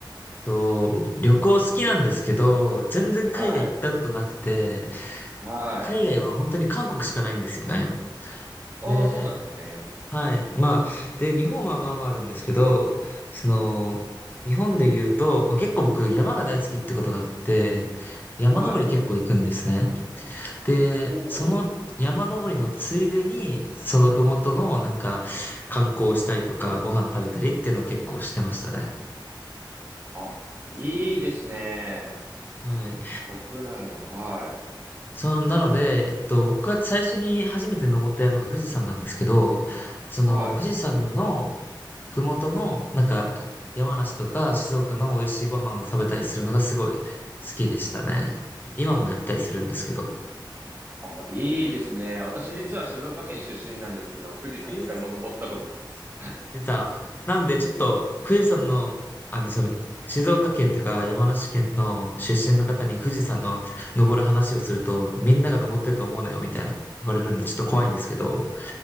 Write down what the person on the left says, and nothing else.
と、僕旅行好きなんですけど、全然海外行ったことなくて、
海外は本当に韓国しかないんですよね。
で、
はい。まあ、で、日本はまあまああるんですけど、その、日本で言うと、まあ、結構僕山が大好きってことがあって、山登り結構行くんですね。
で、
その山登りのついでに、そのふもとのなんか観光したりとか、ご飯食べたりっていうのを結構してましたね。
はい。
そう、なので、えっと、僕が最初に初めて登った山が富士山なんですけど、その富士山のふもとの、
なんか山梨とか静岡の美味しいご飯を食べたりするのがすごい好きでしたね。今もやったりするんですけど。
えー出た。なんで、ちょっと、富士山の、あの、その、静岡県とか山梨県の出身の方に富士山の登る話をすると、
みんなが登ってると思うなよ、みたいな言われるんで、ちょっと怖いんですけど、